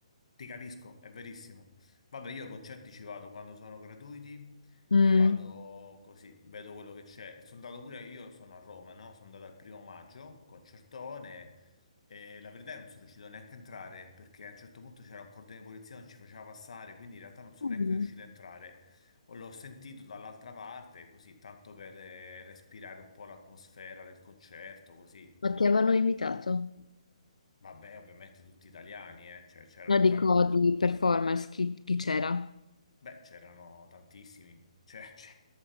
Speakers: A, on the left (about 65°); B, on the left (about 80°).
A: ti capisco, è verissimo. Vabbè, io a concerti ci vado quando sono gratuiti,
B: Mm.
A: vado così, vedo quello che c'è. Sono andato pure, io sono a Roma, no? Sono andato al primo maggio, concertone, e la verità è che non sono riuscito neanche a entrare, perché a un certo punto c'era un cordone di polizia, non ci faceva passare, quindi in realtà non sono
B: Mm.
A: neanche riuscito a entrare. O L'ho sentito dall'altra parte, così, tanto per eh, respirare un po' l'atmosfera del concerto, così.
B: Ma chi avevano invitato?
A: Vabbè, ovviamente tutti italiani, eh, cioè, c'era
B: No,
A: tutta
B: dico
A: ro-
B: di performance, chi, chi c'era?
A: Beh, c'erano tantissimi. Cioè, <laughs> c'è-